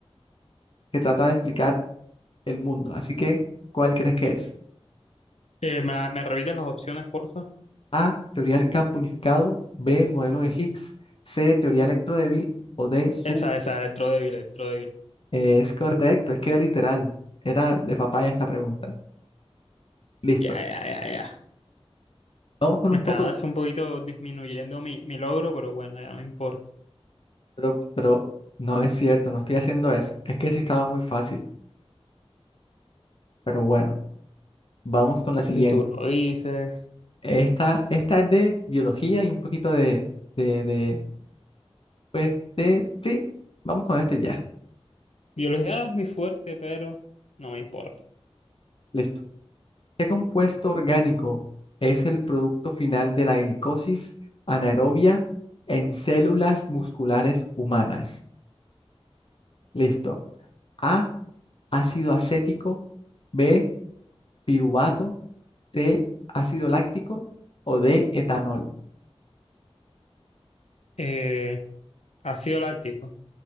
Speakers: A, on the left; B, on the left.
A: que trata de explicar el mundo. Así que, ¿cuál crees que es?
B: eh, ¿me, la- me repites las opciones, porfa?
A: A, teoría del campo unificado, B, modelo de Higgs, C, teoría electrodébil o D, SUP.
B: Esa, esa, electrodébil, electrodébil.
A: Eh, es correcto, es que era literal, era de papaya esta pregunta. Listo,
B: Ya, ya, ya, ya.
A: vamos con un
B: Me estabas
A: poco de...
B: un poquito disminuyendo mi, mi logro, pero bueno, ya no importa.
A: Pero, pero no es cierto, no estoy haciendo eso. Es que sí estaba muy fácil, pero bueno, vamos con la siguiente.
B: Si tú lo dices.
A: Esta, esta es de biología y un poquito de, de, de, pues, de, sí, vamos con este ya.
B: Biología no es mi fuerte, pero no me importa.
A: Listo. ¿Qué compuesto orgánico es el producto final de la glicosis anaerobia en células musculares humanas? Listo. A, ácido acético, B, piruvato, C, ácido láctico o D, etanol.
B: Eh, ácido láctico.